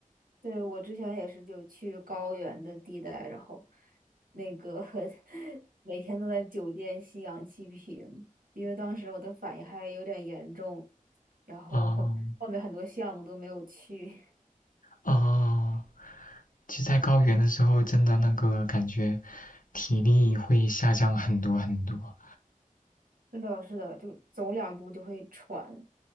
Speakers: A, on the right; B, on the left.
A: 对，我之前也是就去高原的地带，然后那个 <laughs> 每天都在酒店吸氧气瓶，因为当时我的反应还有点严重，然后后面很多项目都没有去。
B: 哦哦，其实，在高原的时候，真的那个感觉体力会下降很多很多。
A: 是的，是的，就走两步就会喘